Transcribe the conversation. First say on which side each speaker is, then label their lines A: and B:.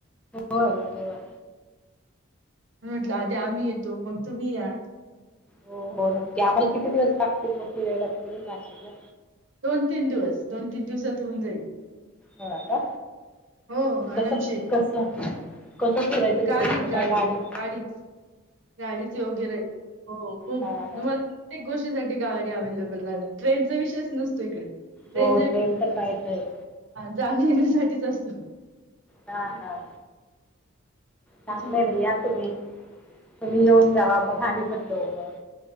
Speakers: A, in the centre; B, on the right.
A: होय अरे वा!
B: म्हटलं आधी आम्ही येतो मग तुम्ही या
A: हो हो नक्की आम्हाला किती दिवस लागतील मग फिरायला तिकडे नाशिकला?
B: दोन तीन दिवस दोन तीन दिवसात होऊन जाईल.
A: होता
B: हो आरामशीर
A: कस कस कसं फिरायचं
B: गाडी
A: तिकडे त
B: गाडी
A: काय गडी
B: गाडीच गाडीच योग्य राहि हो खूप
A: हा
B: त
A: हा
B: मला प्रत्येक गोष्टीसाठी गाडी अवेलेबल आहे ना ट्रेनचा विषयच नसतो इकडे ट्रेनचा
A: हो ट्रेन तर नाहीचय
B: जाण येण्यासाठीच असतो.
A: हा हा
B: त्याच्या
A: चांगले भ या तुम्ही तुम्ही येऊं <unintelligible> जावा मग गाणी पण येऊ मग